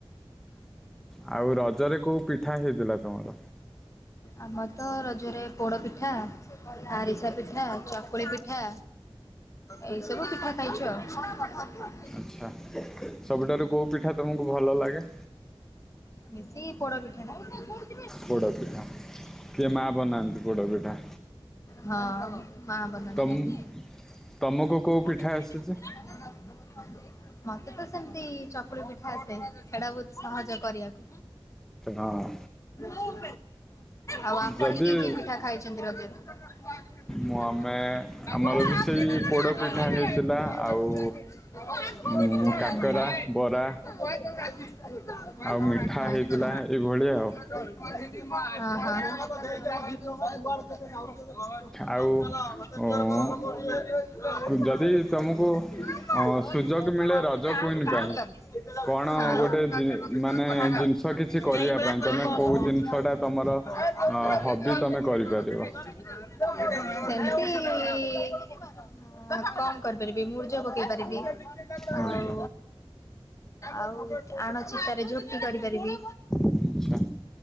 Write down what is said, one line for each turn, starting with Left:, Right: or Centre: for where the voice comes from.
Centre: ଆଉ ରଜରେ କୋଉ ପିଠା ହେଇଥିଲା ତମର
Left: ଆମର ତ ରଜରେ ପୋଡ଼ ପିଠା ଆରିସା ପିଠା ଚକୁଳି ପିଠା। ଏଇ ସବୁ ପିଠା ଖାଇଛୁ
Centre: ଆଛା ସବୁଠାରୁ କୋଉ ପିଠା ତମକୁ ଭଲ ଲାଗେ
Left: ବେଶୀ ପୋଡପିଠା ଟା
Centre: ପୋଡ ପିଠା କିଏ ମା ବନାନ୍ତି ପୋଡା ପିଠା
Left: ହଁ ମା ବନାନ୍ତି।
Centre: ତମ ତମକୁ କୋଉ
Left: <inaudible>
Centre: ପିଠା ଆସିଛି
Left: ମତେ ତ ସେମିତି ଚକୁଳି ପିଠା ଆସେ ସେଟା ବହୁତ ସହଜ କରିବାକୁ।
Centre: ହଁ
Left: ହଁ ଆଉ ଆପଣ
Centre: ଯଦି
Left: କିଏ କିଏ ପିଠା ଖାଇଛନ୍ତି ରଜରେ ହ
Centre: ମୁଁ ଆମେ
Left: <unintelligible>
Centre: ଆମର ବି ସେଇ ପୋଡ଼ ପିଠା ହେଇଥିଲା
Left: ଆ
Centre: ଆଉ ଉଁ,
Left: <unintelligible>
Centre: କାକରା ବରା
Left: <inaudible>
Centre: ଆଉ ମିଠା ହେଇଥିଲା ଏଇଭଳି
Left: <inaudible>
Centre: ଆଉ
Left: ଚାଲ ମତେ
Centre: ଆଉ ଉଁ,
Left: କ୍ଲିୟର କର
Centre: ଯଦି ତମକୁ ଅ, ସୁଯୋଗ
Left: ୁ
Centre: ମିଳେ ରଜ କୁଇନ୍ ପାଇଁ
Left: <inaudible>
Centre: କଣ ଗୋଟେ
Left: ଯାଇ
Centre: ଜି ମାନେ
Left: ଭଳି
Centre: ଜିନିଷ କିଛି କରିବା ପାଇଁ
Left: କ
Centre: ତମେ କୋଉ ଜିନିଷଟା
Left: କହ
Centre: ତମର ଅ
Left: <unintelligible>
Centre: ହବି ତମେ କରିପାରିବ
Left: ସେମତି କଣ କରିପାରିବି ମୁରୁଯ ପକେଇ ପାରିବି
Centre: ବୁଝୁଛ
Left: ଆଉ ଆଉ ଆଣଚିତାରେ ଝୋଟି କରିପାରିବି।
Centre: ଆଚ୍ଛା